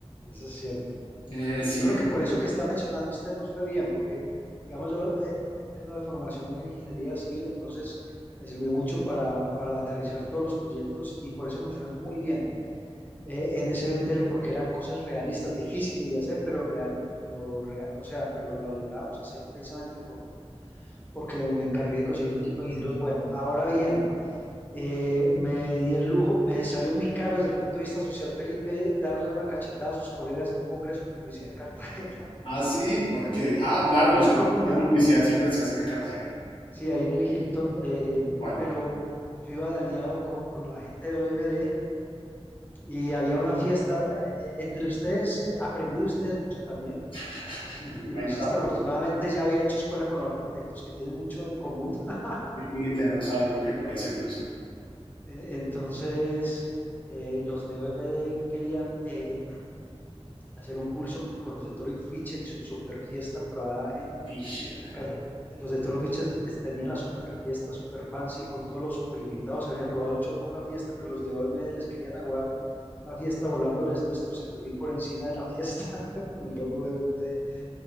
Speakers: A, on the left; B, on the left.
A: Eso es cierto.
B: Eh, sí,
A: Yo creo
B: pues,
A: que por eso que está mencionando usted nos fue bien, porque, digamos, yo eh, tengo de formación en ingeniería civil, entonces me sirvió mucho para, para aterrizar todos los proyectos y por eso nos fue muy bien eh, en SBTL, porque eran cosas realistas, difíciles de hacer, pero real, pero rea- o sea, pero lo logramos hacer precisamente por, porque me encargué de conseguir un equipo de ingenieros bueno. Ahora bien, eh, me di el lujo, me salió muy caro desde el punto de vista social, Felipe, darle una cachetada a sus colegas en un congreso de publicidad en Cartagena.
B: ah, sí, porque, ah,
A: <laughs>
B: claro, los
A: Una,
B: concursos
A: co- una-
B: de publicidad siempre se hacen en Cartagena.
A: Sí, ahí en el Hilton, eh,
B: ¿Cuál?
A: pero yo iba de aliado con, con la gente de OMD y había una fiesta eh, eh, entre ustedes, eh, aprendí de ustedes mucho también,
B: <laughs>
A: eh, entre
B: Yo me imagino
A: publicistas,
B: la publicidad.
A: afortunadamente ya había hecho escuela con los arquitectos que tienen mucho en común, <laughs>
B: Y tenemos algo que por ahí se cruza.
A: Eh, entonces eh, los de OMD querían eh, hacer un pulso con los de Torrey Fisher y su super fiesta por allá En
B: Fisher.
A: Car- los de Toro Fichas es- tenían la super fiesta, super fancy, con todos los super invitados, habían robado el show con la fiesta, pero los de OMD les querían aguar la fiesta volándoles nuestro Zeppelin por encima de la fiesta <laughs> con el logo de OMD.